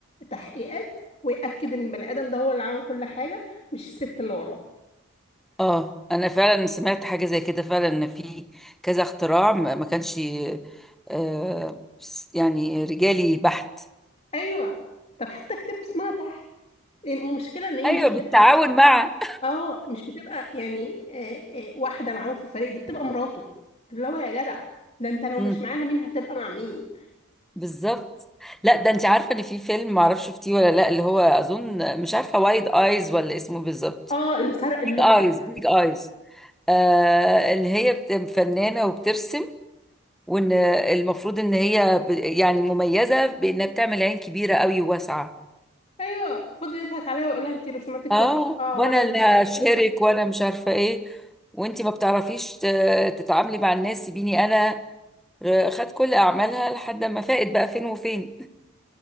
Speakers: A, on the left; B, in the centre.
A: تحقيقات ويأكد ان البني ادم ده هو اللي عمل كل حاجة مش الست اللي وراه
B: اه انا فعلا سمعت حاجه زي كده فعلا ان في كذا اختراع ما ما كانش آه يعني رجالي بحت
A: ايوه طب حتى اكتبوا اسمها تحت المشكلة ان هي
B: ايوه
A: مش
B: بالتعاون
A: هتبقى
B: مع
A: اه مش بتبقى يعني آه، آه، واحدة معاهم في الفريق دي بتبقى مراته اللي هو يا جدع ده انت لو
B: مم.
A: مش معاها مين هتبقى مع مين
B: بالظبط لا ده انت عارفه ان في فيلم معرفش شفتيه ولا لا اللي هو اظن مش عارفه وايد ايز ولا اسمه بالظبط
A: اه اللي سرق اللوحة
B: بيج ايز
A: بتاعتي
B: بيج ايز آه اللي هي بت- فنانه وبترسم وان المفروض ان هي ب- يعني مميزه بانها بتعمل عين كبيره قوي وواسعه
A: ايوه فضل يضحك عليها ويقول لها انت رسوماتك
B: اه
A: وحشة اه
B: وانا
A: وانا اللي
B: اللي
A: ببعتها
B: هشهرك
A: لك
B: وانا مش عارفه ايه وانت ما بتعرفيش ت- تتعاملي مع الناس سيبيني انا آه، خد كل اعمالها لحد ما فاقت بقى فين وفين